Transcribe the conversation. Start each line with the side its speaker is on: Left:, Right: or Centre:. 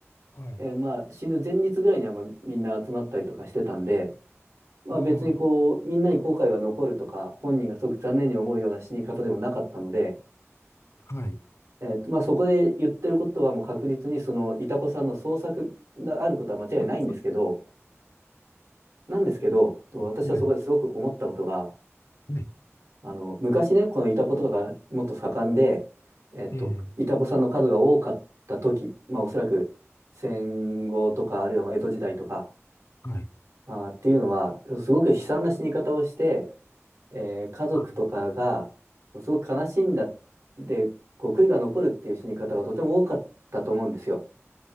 Left: はい、
Right: えーまあ、死ぬ前日ぐらいにはまあみんな集まったりとかしてたんで、まあ、
Left: あ
Right: 別にこう、みんなに後悔が残るとか、本人がすごく残念に思うような死に方でもなかったので、
Left: あ、はい。
Right: えっと、まあ、そこで言ってることはもう確実にその、いたこさんの創作があることは間違いないんですけど、
Left: <laughs>
Right: なんですけど、私はそこですごく思ったことが、
Left: はい、はい、はい。
Right: あの、昔ね、このイタコとかがもっと盛んで、えっと、
Left: ええ、
Right: イタコさんの数が多かった時、まあおそらく戦後とか、あるいはまあ江戸時代とか、
Left: はい。
Right: あーっていうのは、すごく悲惨な死に方をして、えー家族とかが、
Left: あ、
Right: すごく悲しんだ、で、こう悔いが残るっていう死に方がとても多かったと思うんですよ。